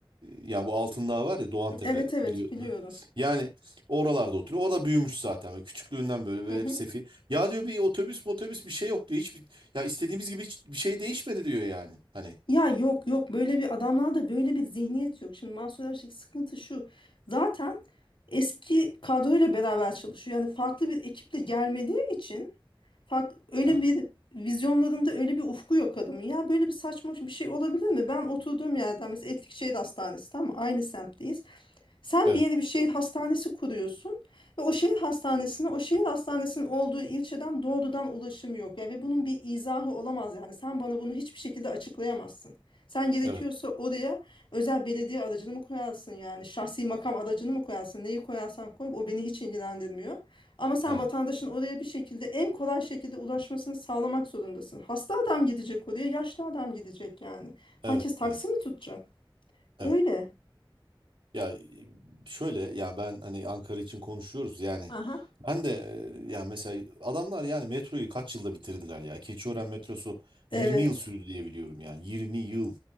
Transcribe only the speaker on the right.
ya bu Altındağ var ya Doğantepe
biliyorsun.
Yani oralarda oturuyor. Orada büyümüş zaten. Böyle küçüklüğünden böyle, böyle
hep sefi. Ya diyor bir otobüs motobüs bir şey yok diyor. Hiçbir, ya istediğimiz gibi hiç bir şey değişmedi diyor yani. Hani.
Ha.
Evet,
evet,
evet,
evet,
evet,
evet.
Ya e, şöyle yani ben hani Ankara için konuşuyoruz yani
ben de e, yani mesela adamlar yani metroyu kaç yılda bitirdiler ya. Keçiören metrosu
20 yıl sürdü diye biliyorum yani 20 yıl.